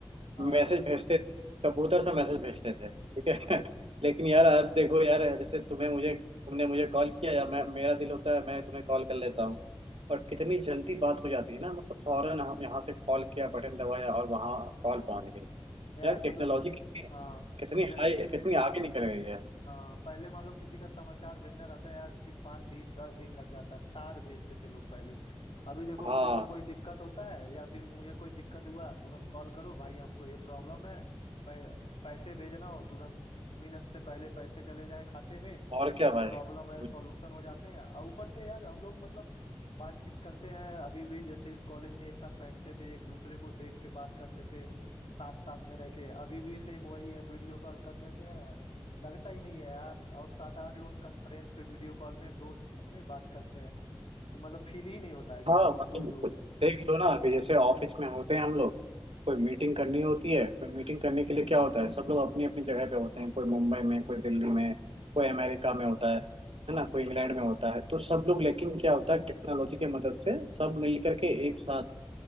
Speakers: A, on the left; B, on the right.
A: हाँ
B: मैसेज भेजते थे कबूतर से मैसेज भेजते थे ठीक है <laughs> लेकिन यार अब देखो यार जैसे तुम्हें मुझे तुमने मुझे कॉल किया या मैं मेरा दिल होता है मैं तुम्हें कॉल कर लेता हूँ और कितनी जल्दी बात हो जाती है ना मतलब फौरन हम यहाँ से कॉल किया बटन दबाया और वहाँ कॉल पहुंच गई
A: यार
B: यार टेक्नोलॉजी
A: मतलब
B: कितनी
A: हाँ
B: कितनी
A: जैसे
B: हाई कितनी आगे निकल गई है
A: हाँ पहले मान लो किसी का समाचार भेजना रहता है यार कि पाँच दिन दस दिन लग जाता है तार भेजते थे लोग पहले अभी देखो
B: हाँ
A: तुमको कोई दिक्कत होता है या फिर मुझे कोई दिक्कत हुआ तुरंत कॉल करो भाई हमको ये प्रॉब्लम है पै, पैसे भेजना हो तुरंत मिनट से पहले पैसे चले जाएं खाते में
B: और क्या
A: कोई
B: भाई
A: प्रॉब्लम
B: हम्म,
A: है सॉल्यूशन हो जाते हैं और ऊपर से यार हम लोग मतलब बातचीत करते हैं अभी भी जैसे कॉलेज में एक साथ बैठते थे एक दूसरे को देख के बात करते थे साथ साथ में रह के अभी भी सेम वही है वीडियो कॉल कर लेते हैं लगता ही नहीं है यार और सात आठ लोग कॉन्फ्रेंस पे वीडियो कॉल में दोस्त अपने बात करते हैं तो मतलब फील ही नहीं होता है कि
B: हाँ
A: हम लोग
B: मतलब
A: दूर दूर हैं
B: देख लो ना कि जैसे ऑफिस में होते हैं हम लोग कोई मीटिंग करनी होती है कोई मीटिंग करने के लिए क्या होता है सब लोग अपनी अपनी जगह पे होते हैं कोई मुंबई में कोई दिल्ली में कोई अमेरिका में होता है है ना कोई इंग्लैंड में होता है तो सब लोग लेकिन क्या होता है टेक्नोलॉजी की मदद से सब मिल करके एक साथ